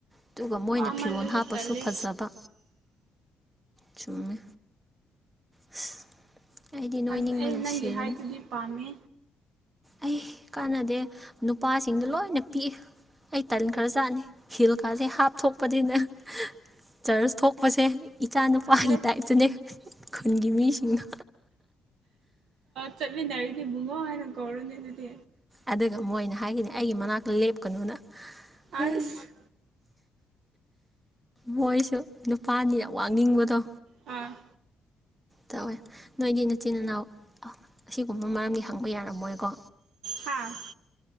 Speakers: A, on the right; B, on the right.
A: ꯑꯗꯨꯒ ꯃꯣꯏꯅ
B: ꯄꯥꯃꯥꯜꯂꯁꯨ
A: ꯐꯤꯔꯣꯜ ꯍꯥꯞꯄꯁꯨ
B: ꯇꯥꯜꯂꯦ
A: ꯐꯖꯕ ꯆꯨꯝꯃꯦ ꯑꯁ ꯑꯩꯗꯤ ꯅꯣꯏꯅꯤꯡꯕꯅ
B: ꯑꯁ ꯑꯩ ꯅꯪꯒꯤ
A: ꯁꯤꯔꯅꯤ
B: ꯍꯥꯏꯠꯇꯨꯗꯤ ꯄꯥꯝꯃꯦ
A: ꯑꯩ ꯀꯥꯟꯅꯗꯦ ꯅꯨꯄꯥꯁꯤꯡꯗꯣ ꯂꯣꯏꯅ ꯄꯤꯛꯏ ꯑꯩ ꯇꯟꯈꯔꯖꯥꯠꯅꯤ ꯍꯤꯜ ꯀꯥꯁꯦ ꯍꯥꯞꯊꯣꯛꯄꯅꯤꯅ ꯆꯔꯁ ꯊꯣꯛꯄꯁꯦ ꯏꯆꯥ ꯅꯨꯄꯥꯒꯤ
B: ꯑꯁꯂꯦ
A: ꯇꯥꯏꯞꯇꯨꯅꯦ ꯈꯨꯟꯒꯤ ꯃꯤꯁꯤꯡꯗꯣ
B: ꯆꯠꯃꯤꯟꯅꯔꯤ ꯕꯨꯡꯉꯣ ꯍꯥꯏꯅ ꯀꯧꯔꯣꯅꯦ ꯑꯗꯨꯗꯤ
A: ꯑꯗꯨꯒ ꯃꯣꯏꯅ ꯍꯥꯏꯔꯤꯅꯤ ꯑꯩꯒꯤ ꯃꯅꯥꯛꯇ ꯂꯦꯞꯀꯅꯨꯅ
B: ꯑꯁ
A: ꯑꯦ ꯃꯣꯏꯁꯨ ꯅꯨꯄꯥꯅꯤ ꯌꯥꯝ ꯋꯥꯡꯅꯤꯡꯕꯗꯣ
B: ꯑꯥ
A: ꯇꯧꯋꯦ ꯅꯣꯏꯗꯤ ꯅꯆꯤꯟ ꯏꯅꯥꯎ ꯑꯁꯤꯒꯨꯝꯕ ꯃꯔꯝꯗꯤ ꯍꯪꯕ ꯌꯥꯔꯝꯃꯣꯏꯀꯣ
B: ꯍꯥꯥ